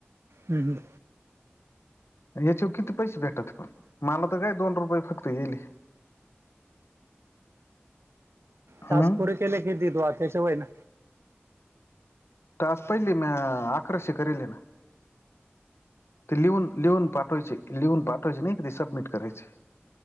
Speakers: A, on the right (about 85°); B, on the left (about 90°).
A: हं, हं.
B: न याच्यावर किती पैसे भेटतां पण, माला त काय दोन रुपये फक्त येल हे. <inaudible>
A: टास
B: हम्म.
A: पुरे केले की देदो वा त्याच्या होईना.
B: टास पहिले म्या अकराशे करेल हे ना ते लिहून. लिहून पाठवायचे, लिहून पाठवायचे नही का ते सबमिट करायचे.